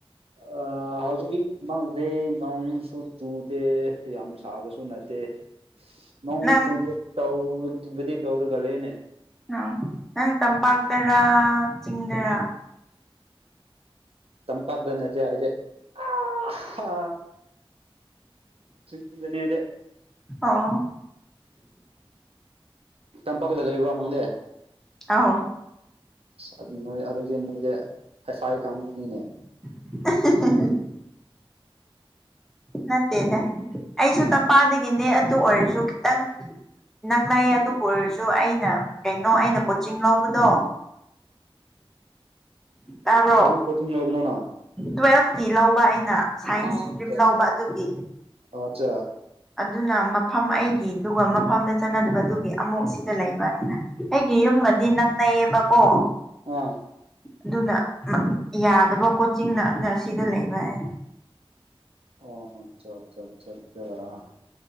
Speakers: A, on the right (about 85°); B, in the centre.
A: ꯑ ꯍꯧꯖꯤꯛꯃꯛꯗꯤ ꯅꯣꯡꯁꯨ ꯆꯨꯗꯦ ꯌꯥꯝ ꯁꯥꯕꯁꯨ ꯅꯠꯇꯦ꯫ ꯅꯣꯡ
B: ꯅꯪ
A: ꯆꯨꯒꯦ ꯇꯧꯕꯨꯗꯤ ꯇꯧꯔꯒ ꯂꯩꯌꯦꯅꯦ꯫
B: ꯑ ꯅꯪ ꯇꯝꯄꯥꯛꯇꯔꯥ ꯆꯤꯡꯗꯔꯥ?
A: ꯆꯝꯄꯥꯛꯗ ꯅꯠꯇꯦ ꯑꯩꯗꯤ ꯑ ꯍꯥ ꯆꯤꯡꯗꯅꯦ ꯑꯩꯗꯤ꯫
B: ꯑꯣ
A: ꯇꯝꯄꯥꯛꯀꯤꯗ ꯂꯩꯕ꯭ꯔꯣ ꯅꯪꯗꯤ꯫ ꯑꯁ
B: ꯑꯧ
A: ꯑꯗꯨ ꯅꯣꯏ ꯑꯗꯨꯗꯤ ꯅꯣꯏꯗꯤ ꯍꯩꯐꯥꯏ ꯀꯥꯡꯕꯨꯅꯤꯅꯦ꯫
B: <unintelligible> ꯅꯠꯇꯦꯗ ꯑꯩꯁꯨ ꯇꯝꯄꯥꯛꯗꯒꯤꯅꯦ ꯑꯗꯨ ꯑꯣꯏꯔꯁꯨ꯫ ꯅꯪ ꯅꯪꯅꯥꯏꯌꯦ ꯑꯗꯨꯕꯨ ꯑꯣꯏꯔꯁꯨ ꯑꯩꯅ ꯀꯩꯅꯣ ꯑꯩꯅ ꯀꯣꯆꯤꯡ ꯂꯧꯕꯗꯣ꯫ ꯇꯥꯕ꯭ꯔꯣ
A: ꯀꯔꯤ ꯀꯣꯆꯤꯡ ꯂꯧꯕꯅꯣꯅ꯫
B: ꯇꯨꯋꯦꯜꯐꯀꯤ ꯂꯧꯕ ꯑꯩꯅ꯫ ꯁꯥꯏꯟꯁ
A: ꯑꯣ
B: ꯏꯁꯇ꯭ꯔꯤꯝ
A: ꯆꯥꯁ
B: ꯂꯧꯕ ꯑꯗꯨꯒꯤ
A: ꯑꯆꯥ
B: ꯑꯗꯨꯅ ꯃꯐꯝ ꯑꯩꯒꯤ ꯑꯗꯨꯒ ꯃꯐꯝꯗ ꯆꯠꯅꯗꯕꯗꯨꯒꯤ ꯑꯃꯨꯛ ꯁꯤꯗ ꯂꯩꯕ ꯍꯥꯏꯅ꯫ ꯑꯩꯒꯤ ꯌꯨꯝꯒꯗꯤ ꯅꯛꯅꯩꯌꯦꯕꯀꯣ꯫
A: ꯑꯥ
B: ꯑꯗꯨꯅ ꯌꯥꯗꯕ ꯀꯣꯆꯤꯡꯅ ꯅꯔꯁꯤꯗ ꯂꯩꯕ ꯌꯥ꯫
A: ꯑꯣ ꯑꯆꯥ ꯑꯆꯥ ꯑꯆꯥ ꯑꯆꯥ꯫